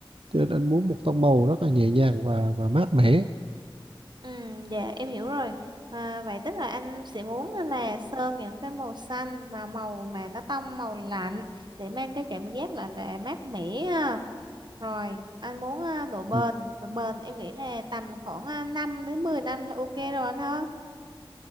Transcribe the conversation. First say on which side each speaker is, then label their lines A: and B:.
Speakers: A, on the right (about 85°); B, on the right (about 55°).
A: cho nên anh muốn một tông màu rất là nhẹ nhàng và và mát mẻ
B: Ừ, dạ em hiểu rồi. À, vậy tức là anh sẽ muốn là sơn những cái màu xanh và màu mà nó tông màu lạnh để mang cái cảm giác là là mát mẻ ha. Rồi, anh muốn à, độ bền,
A: ừ,
B: độ bền em nghĩ là tầm khoảng à, 5 đến 10 năm là ok rồi anh ha.